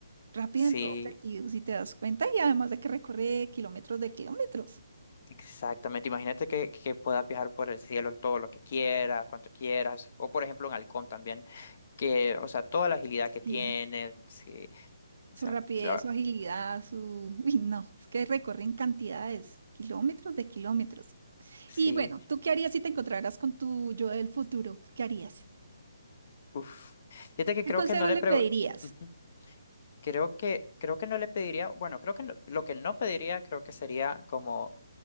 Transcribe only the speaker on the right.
Rápida
en todos sentidos, si te das cuenta, y además de que recorre kilómetros de kilómetros.
Sí,
su
rapidez,
su agilidad, su... <laughs> Uy, no, es que recorren cantidades, kilómetros de kilómetros.
Y bueno, ¿tú qué harías si te encontraras con tu yo del futuro? ¿Qué harías?
¿Qué
consejo
le
pedirías?